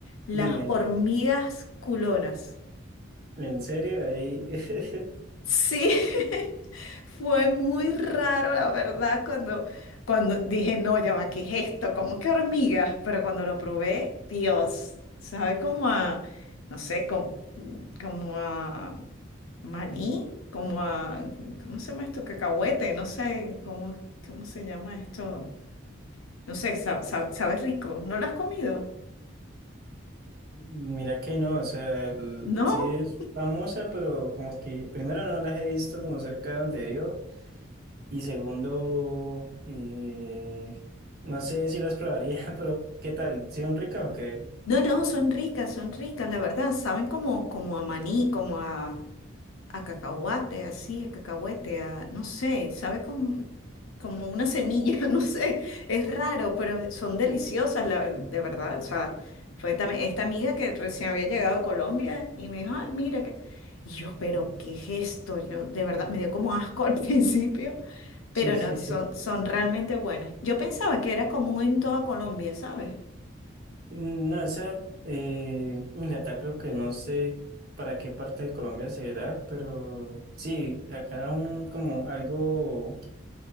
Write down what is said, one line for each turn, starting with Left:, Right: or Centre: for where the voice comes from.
Left: Las
Right: dime, dime.
Left: hormigas culonas.
Right: ¿En serio? Ahí, <laughs>
Left: Sí. <laughs> Fue muy raro, la verdad, cuando, cuando dije, no, ya va, ¿qué es esto? ¿Cómo que hormigas? Pero cuando lo probé, Dios, sabe como a, no sé, como, como a maní, como a, ¿cómo se llama esto? Cacahuete, no sé, ¿cómo, cómo se llama esto? No sé, sa- sa- sabe rico. ¿No lo has comido?
Right: mira que no, o sea, el-
Left: No,
Right: sí es famosa, pero como que, primero no las he visto como cerca de donde vivo, y segundo, eh, no sé si las probaría, <laughs> pero ¿qué tal? ¿Sí son ricas o qué?
Left: no, no, son ricas, son ricas, la verdad, saben como, como a maní, como a... a cacahuate, así, a cacahuete, a, no sé, sabe como, como una semilla, <laughs> no sé, es raro, pero son deliciosas, la- de verdad. O sea, fue también esta amiga que recién había llegado a Colombia y me dijo, ay, mira que... Y yo, pero ¿qué es esto? Yo, de verdad, me dio como asco al <laughs> principio, pero
Right: Sí. <laughs>
Left: no, son, son realmente buenas. Yo pensaba que era común en toda Colombia, ¿sabes?
Right: Mm, No, esa, eh, Inglaterra creo que no sé para qué parte de Colombia será, pero sí, acá un como algo